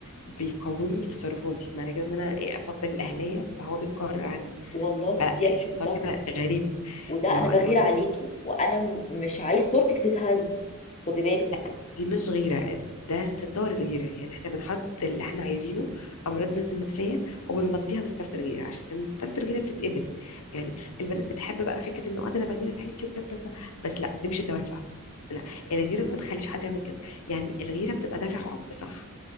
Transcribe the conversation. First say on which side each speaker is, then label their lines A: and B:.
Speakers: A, on the left (about 70°); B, on the left (about 30°).
A: بيقومني تصرفاتي معنى كده ان انا إيه، فاقده الاهليه فهو بيقرر عني
B: والله
A: فالموضوع
B: دي انا شفتها
A: كده غريب
B: وده
A: اللي
B: انا
A: هو
B: بغير
A: الموضوع
B: عليكي وانا م- مش عايز صورتك تتهز خدي بالك
A: لا دي مش غيرة ده ستار الجيرة يعني احنا بنحط اللي احنا عايزينه أمراضنا النفسية وبنغطيها بستارة الجيرة عشان ستارة الجيرة بتتقبل يعني البنات بتحب بقى فكرة انه اه ده انا بغير عليكي وبلا بلا بلا بس لا دي مش الدوافع لا الغيرة ما تخليش حد يعمل كده يعني الغيرة بتبقى دافع حب صح